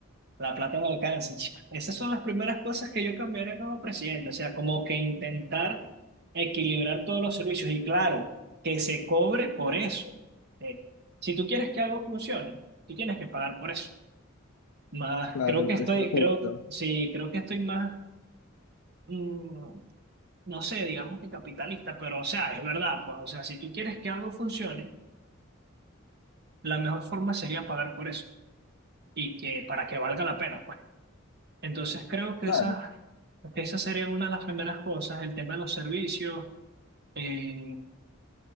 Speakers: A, on the right; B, on the left.
A: La plata no alcanza, chico. Esas son las primeras cosas que yo cambiaría como presidente, o sea, como que intentar equilibrar todos los servicios y claro, que se cobre por eso. Eh, si tú quieres que algo funcione, tú tienes que pagar por eso. Más,
B: Claro,
A: creo
B: el
A: que
B: precio
A: estoy,
B: justo.
A: creo, sí, creo que estoy más, mm, no sé, digamos que capitalista, pero o sea, es verdad, pues, o sea, si tú quieres que algo funcione, la mejor forma sería pagar por eso y que para que valga la pena, pues. Entonces creo que
B: Claro,
A: esas, que esas serían una de las primeras cosas, el tema de los servicios eh,